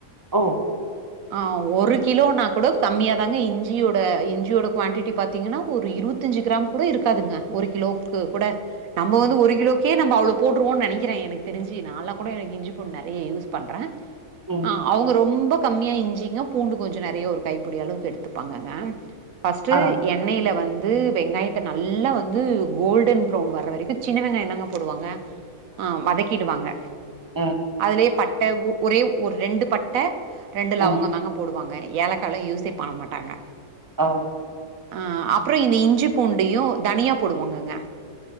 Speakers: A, on the right (about 20°); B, on the right (about 65°).
A: ஓ
B: ஆ ஒரு கிலோனா கூட கம்மியா தாங்க இஞ்சியோட இஞ்சியோட குவான்டிட்டி பாத்தீங்கனா ஒரு இருவத் தஞ்சி கிராம் கூட இருக்காதுங்க ஒரு கிலோவுக்கு கூட நம்ப வந்து ஒரு கிலோக்கே நம்ப அவ்ளோ போட்டுருவோ நெனைக்கிற எனக் தெரிஞ்சி நாளா கூட எனக்கு இஞ்சி பூண்டு நறைய யூஸ் பண்ற
A: ம்
B: ஆ அவுங்க ரொம்ப கம்மியா இஞ்சிங்க பூண்டு கொஞ்சோ நெறைய ஒரு கைப்பிடி அளவுக்கு எடுத்துப்பாங்கங்க ஃபர்ஸ்ட்டு
A: ஆ
B: என் எண்ணெயில வந்து வெங்காயத்த நல்லா வந்து கோல்டன் ப்ரௌன் வர்ற வரைக்கு சின்ன வெங்காயோ தாங்க போடுவாங்க ஆ வதக்கிடுவாங்க
A: ம்
B: அதுலயே பட்ட உ ஒரே ஒரு ரெண்டு பட்ட ரெண்டு லவங்கோ
A: ம்
B: தாங்க போடுவாங்க ஏலக்காலா யூஸே பண்ண மாட்டாங்க
A: அ
B: அ அப்பறோ இந்த இஞ்சி பூண்டையு தனியா போடுவாங்கங்க